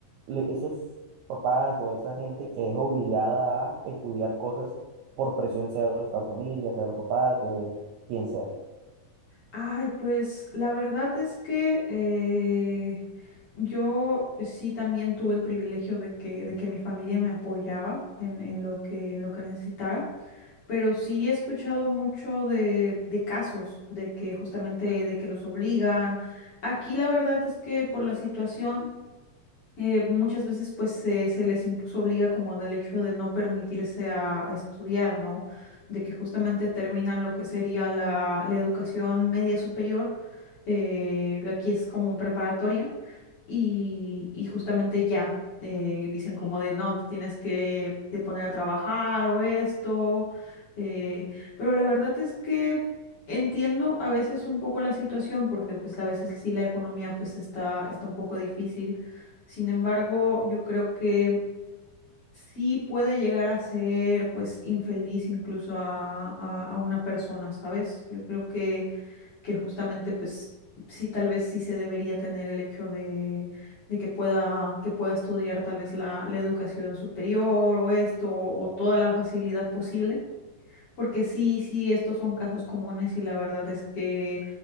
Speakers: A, on the right; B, on the left.
A: le- esos papás o esa gente que es obligada a estudiar cosas por presión, sea de la familia, sea de los papás, de quien sea?
B: Ay, pues la verdad es que eh, yo pues sí también tuve el privilegio de que, de que mi familia me apoyaba en, en lo que, en lo que necesitara, pero sí he escuchado mucho de, de casos de que justamente de que los obligan. Aquí la verdad es que por la situación eh, muchas veces pues se, se les incluso obliga como del hecho de no permitirse a, a estudiar, ¿no? De que justamente terminan lo que sería la la educación media superior eh, aquí es como preparatoria y, y justamente ya eh, dicen como de no, te tienes que te poner a trabajar o esto, eh, pero la verdad es que entiendo a veces un poco la situación porque pues a veces sí la economía pues está, está un poco difícil, sin embargo yo creo que sí puede llegar a ser pues infeliz incluso a, a a una persona, ¿sabes? Yo creo que que justamente pues sí tal vez sí se debería tener el hecho de, de que pueda, que pueda estudiar tal vez la, la educación superior o esto o toda la facilidad posible. Porque sí, sí, estos son casos comunes y la verdad es que